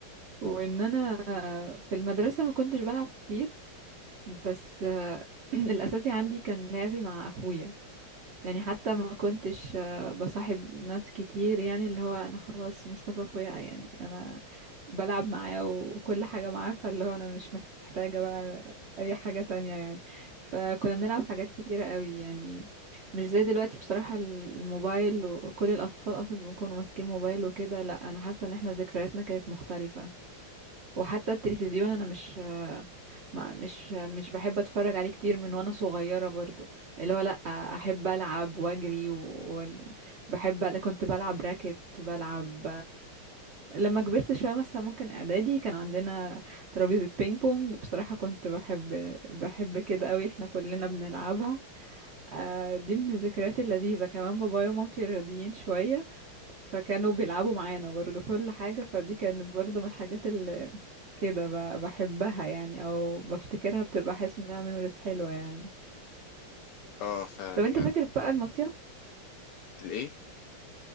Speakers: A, on the right (about 90°); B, on the left (about 85°).
A: وان انا آه، في المدرسه ما كنتش بلعب كتير بس آه، <clears throat> الاساسي عندي كان لعبي مع اخويا يعني حتى ما كنتش آه، بصاحب ناس كتير يعني اللي هو انا خلاص مصطفى اخويا يعني انا بلعب معاه وكل حاجة معاه فاللي هو انا مش محتاجة بقى اي حاجة تانية يعني فكنا بنلعب حاجات كتيرة قوي يعني مش زي دلوقتي بصراحة الموبايل وكل الاطفال اصلا بيكونوا ماسكين موبايل وكده لا انا حاسة ان احنا ذكرياتنا كانت مختلفة وحتى التلفزيون انا مش ما مش مش بحب اتفرج عليه كتير من وانا صغيرة برضو اللي هو لا احب العب واجري وبحب كنت بلعب راكت بلعب لما كبرت شوية مثلا ممكن اعدادي كان عندنا ترابيزة بينج بونج بصراحة كنت بحب بحب كده قوي احنا كلنا بنلعبها آه، دي من الذكريات اللذيذة كمان بابايا ومامتي رياضيين شوية فكانوا بيلعبوا معانا برضو كل حاجة فدي كانت برضو من الحاجات كده ب- بحبها يعني او بفتكرها بتبقى حاسة انها ميموريز حلوة يعني
B: اه فعلا
A: طب انت فاكر بقى المصيف
B: الايه